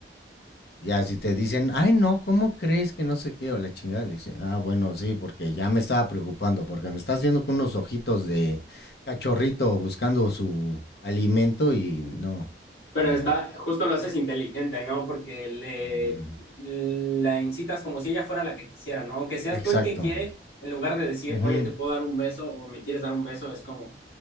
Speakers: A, on the left; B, on the left.
A: Ya, si te dicen, ay, no, ¿cómo crees que no sé qué? O la chingada, dice, ah, bueno, sí, porque ya me estaba preocupando, porque me estás viendo con unos ojitos de cachorrito buscando su alimento y no, o
B: Pero
A: sea,
B: está, justo lo haces inteligente, ¿no? Porque le
A: ujú,
B: la incitas como si ella fuera la que quisiera, ¿no? Aunque seas
A: exacto.
B: tú el que quiere, en lugar de decir,
A: ujú.
B: oye, te puedo dar un beso o me quieres dar un beso, es como,